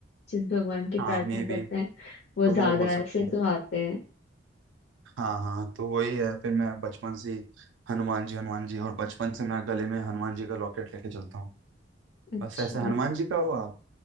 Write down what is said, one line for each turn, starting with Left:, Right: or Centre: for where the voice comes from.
Left: जिस भगवान की प्रार्थना
Right: हाँ मे बी
Left: करते हैं वो
Right: तो
Left: ज्यादा
Right: वो हो सकता
Left: ऐसे
Right: है
Left: तो आते हैं
Right: हाँ हाँ तो वही है फिर मैं बचपन से ही हनुमान जी हनुमान जी और बचपन से मैं गले में हनुमान जी का लॉकेट लेके चलता हूँ
Left: अच्छा
Right: बस ऐसे हनुमान जी का हुआ